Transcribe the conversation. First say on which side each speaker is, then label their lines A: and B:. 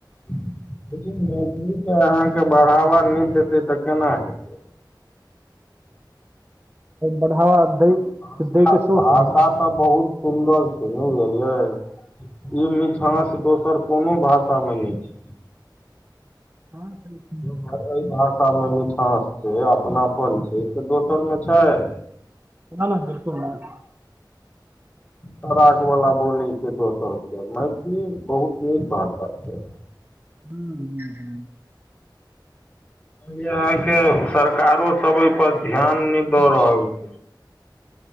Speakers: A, on the left (about 15°); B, on the right (about 30°).
A: देखिन मैथिलीके अहाँके बढ़ावा नै देतै तऽ केना हेतै।
B: बढ़ावा
A: एकटा
B: दै-
A: भाषा
B: दैइ के सोहों
A: भाषा
B: चाही न।
A: बहुत सुन्दर छै ने बुझलियै ई मिठास दोसर कोनो भाषामे नइ छय।
B: हँ <inaudible>
A: एहि भाषामे मिठास छै, अपनापन छै, से दोसरमे छैय
B: नाह -नाह बिल्कुल नय
A: तराकवला बोली छै, दोसरके मैथिली बहुत नीक भाषा छै।
B: हू ह
A: अहाँके सरकारो सब एहि पर ध्यान नहि दऽ रहल छै।